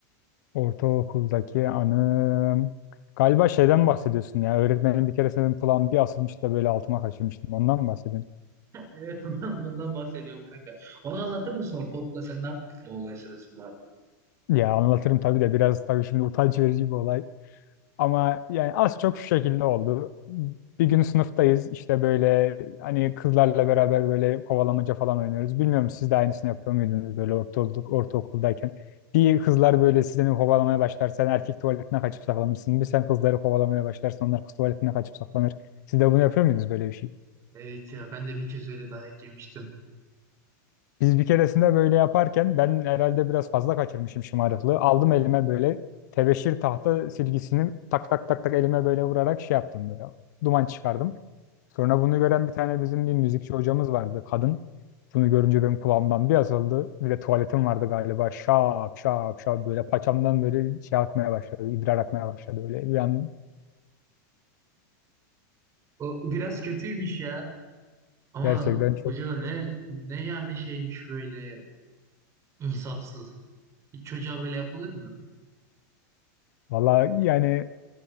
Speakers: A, on the left; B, on the right.
A: Ortaokuldaki anım. Galiba şeyden bahsediyorsun ya. Öğretmenim bir keresinde benim kulağım bir asılmış da böyle altıma kaçırmıştım. Ondan mı bahsediyorsun?
B: Evet ondan, ondan bahsediyorum kanka. Onu anlatır mısın ortaokulda sen ne yaptın bu olay sırasında?
A: Ya anlatırım tabii de biraz tabii şimdi utanç verici bir olay. Ama yani az çok şu şekilde oldu. Bir gün sınıftayız işte böyle hani kızlarla beraber böyle kovalamaca falan oynuyoruz. Bilmiyorum siz de aynısını yapıyor muydunuz böyle ortaokulduk, ortaokuldayken. Bir kızlar böyle sizden kovalamaya başlar. Sen erkek tuvaletine kaçıp saklanırsın. Bir sen kızları kovalamaya başlarsın. Onlar kız tuvaletine kaçıp saklanır. Siz de bunu yapıyor muydunuz böyle bir şey?
B: Evet ya ben de bir kez öyle dayak yemiştim.
A: Biz bir keresinde böyle yaparken ben herhalde biraz fazla kaçırmışım şımarıklığı. Aldım elime böyle tebeşir tahta silgisini tak tak tak tak elime böyle vurarak şey yaptım böyle. Duman çıkardım. Sonra bunu gören bir tane bizim bir müzikçi hocamız vardı kadın. Bunu görünce benim kulağımdan bir asıldı. Bir de tuvaletim vardı galiba. Şap şap şap böyle paçamdan böyle şey akmaya başladı. İdrar akmaya başladı böyle. Bir an
B: O biraz kötüymüş ya. Ama
A: gerçekten çok.
B: hoca da ne ne yani şeymiş böyle insafsız Hiç çocuğa böyle yapılır mı?
A: Valla yani